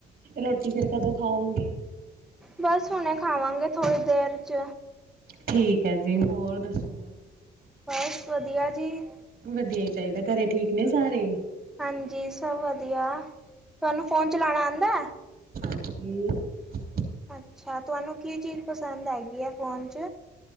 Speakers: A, on the right; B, in the centre.
A: ਰੋਟੀ ਫਿਰ ਕਦੋਂ ਖਾਓਗੇ?
B: ਬਸ ਹੁਣੇ ਖਾਵਾਂਗੇ ਥੋੜੇ ਫਰ'ਚ
A: ਠੀਕ ਹੈ, ਜੀ। ਹੋਰ ਦੱਸੋ?
B: ਬਸ ਵਧੀਆ ਜੀ।
A: ਵਧੀਆ ਹੀ ਚਾਹੀਦਾ, ਘਰੇ ਠੀਕ ਨੇ ਸਾਰੇ?
B: ਹਾਂਜੀ ਸਭ ਵਧੀਆ। ਤੁਹਾਨੂੰ, ਫੋਨ ਚਲਾਣਾ ਆਂਦਾ?
A: ਏ
B: ਅੱਛਾ। ਤੁਹਾਨੂੰ ਕੀ ਚੀਜ਼ ਪਸੰਦ ਹੈਗੀ ਐ ਫੋਨ'ਚ?